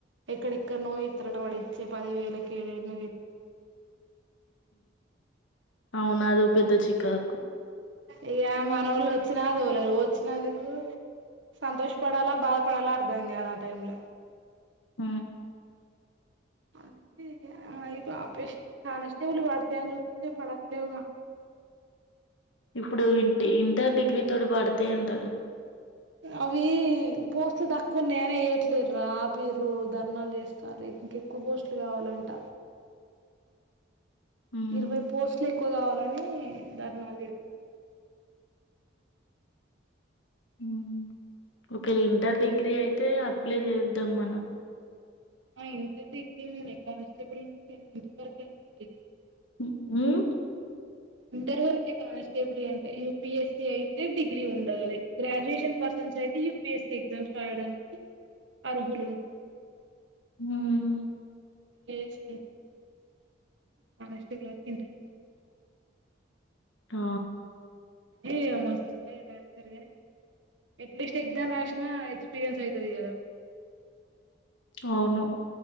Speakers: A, on the right; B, on the left.
A: ఎక్కడెక్కడనో ఏత్తడట, వాడిచ్చే పదివేలు లకే ఏడ ఏడనో ఎత్
B: అవునదో పెద్ద చికాకు
A: ఇగ మనోళ్ళు వచ్చినా దోలరు, వచ్చినందుకు సంతోషపడాలా, బాధపడాలా అర్థం కాదు ఆ టైం ల
B: ఆ
A: ఆళ్లకి అయి పే ఆపరేషన్ కానిస్టేబల్ పడతయి అని చూస్తే పడట్లేవుగా.
B: ఇప్పుడు ఇంటి ఇంటర్ డిగ్రీ తోటి పడతై అంటగా
A: అవి పోస్ట్లు తక్కువ ఉన్నాయని ఎయ్యట్లేరురా ఆపిర్రు, ధర్నాలు చేస్తారె ఇంకెక్కువ పోస్టులు కావాలంట.
B: హ్మ్.
A: ఇరవై పోస్ట్లు ఎక్కువ కావాలని ధర్నాలు చేత్
B: హ్మ్. ఒకవేళ ఇంటర్, డిగ్రీ అయితే అప్లై చేద్దాం మనం
A: ఆ ఇంటర్ డిగ్రీనేనే కాన్స్టేబుల్ <unintelligible> ఎంత వరకే ఉంది.
B: ఉ ఉమ్
A: ఇంటర్ వరకే కానిస్టేబలీ అంటే, యూ పీ ఎస్ సి అయితే డిగ్రీ ఉండాలి. గ్రాడ్యుయేషన్ పర్స అయితే U P S C exams రాయడానికి అర్హులు ఉం
B: ఉమ్
A: ఎస్ కానిస్టేబుల్ అయితే ఇంటర్
B: ఆ!
A: ఏ మస్తు ఉంటై డాన్సర్గని ఎట్లీస్ట్ ఎగ్జామ్ రాసిన ఎక్స్పీరియన్స్ ఐతది కదా.
B: అవును